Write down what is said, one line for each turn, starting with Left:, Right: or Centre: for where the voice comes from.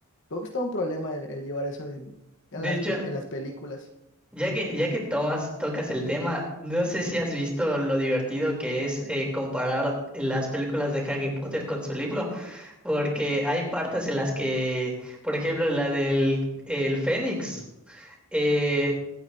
Left: creo que es todo un problema el, el llevar eso en, en
Centre: De
Left: las,
Centre: hecho,
Left: pe- en las películas.
Centre: ya que, ya que tomas, tocas el tema, no sé si has visto lo divertido que es eh, comparar las películas de Harry Potter con su libro, porque hay partes en las que, por ejemplo, la del el Fénix. Eh,